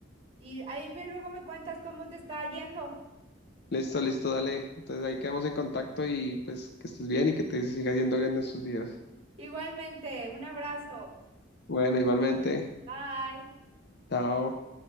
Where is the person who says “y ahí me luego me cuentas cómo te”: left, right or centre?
Right